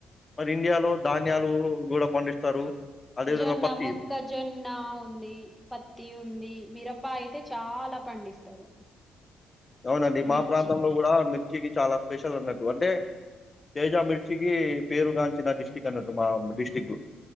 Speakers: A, on the left; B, in the centre.
A: మరి ఇండియాలో ధాన్యాలు కూడా పండిస్తారు. అదేవిధంగా
B: జొన్న,
A: పత్తి
B: మొక్క జొన్నా ఉంది. పత్తి ఉంది. మీరపా కి చాల పండిస్తారు.
A: అవునండి
B: మిర్చి
A: మా ప్రాంతంలో కూడా మిర్ చికి చాలా స్పెషల్ అన్నట్టు అంటే తేజా మిర్చికి పేరు గాంచిన డిస్టిక్ అన్నట్టు మా డిస్టిక్.